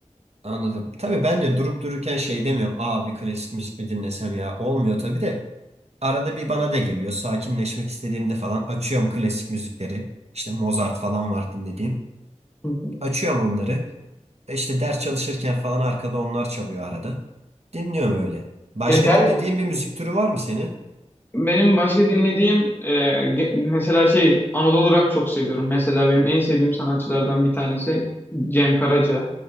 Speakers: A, on the right; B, on the left.
A: Anladım. Tabii ben de durup dururken şey demiyorum. Aa bir klasik müzik mi dinlesem ya? Olmuyor tabii de. Arada bir bana da geliyor. Sakinleşmek istediğimde falan açıyorum klasik müzikleri. İşte Mozart falan var dinlediğim.
B: Hı hı.
A: Açıyorum onları. E İşte ders çalışırken falan arkada onlar çalıyor arada. Dinliyorum öyle. Başka
B: Ya der
A: dinlediğin bir müzik türü var mı senin?
B: benim başka dinlediğim e, ge- mesela şey Anadolu rock çok seviyorum. Mesela benim en sevdiğim sanatçılardan bir tanesi Cem Karaca.